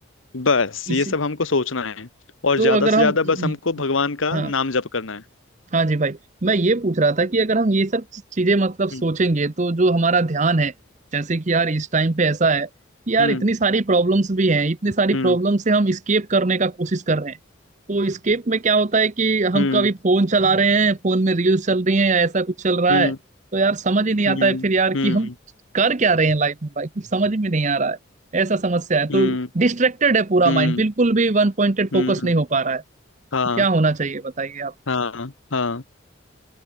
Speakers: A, on the left; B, on the right.
A: बस
B: इसी
A: ये सब हमको सोचना है और
B: तो
A: ज्यादा
B: अगर
A: से
B: हम
A: ज्यादा बस हमको भगवान का
B: हाँ
A: नाम जप करना है
B: हाँ जी भाई मैं ये पूछ रहा था कि अगर हम ये सब चीजें मतलब सोचेंगे
A: हम्म
B: तो जो हमारा ध्यान है जैसे कि यार इस टाइम पे ऐसा है कि यार
A: हम्म
B: इतनी सारी प्रॉब्लम्स भी हैं इतनी सारी
A: हम्म
B: प्रॉब्लम से हम स्केप करने का कोशिश कर रहे हैं तो स्केप में क्या होता है कि हम
A: हम्म
B: कभी फोन चला रहे हैं फोन में रील्स चल रही हैं या ऐसा कुछ चल रहा
A: हम्म
B: है तो यार समझ ही नहीं आता
A: हम्म
B: है फिर यार कि
A: हम्म
B: हम कर क्या रहे हैं लाइफ में भाई कुछ समझ में नहीं आ रहा है ऐसा समस्या है तो
A: हम्म
B: डिस्ट्रैक्टेड है पूरा
A: हम्म
B: माइंड बिल्कुल भी वन पॉइंटेड फोकस
A: हम्म,
B: नहीं हो पा रहा है तो
A: हाँ
B: क्या होना चाहिए बताइए आप कुछ।
A: हाँ हाँ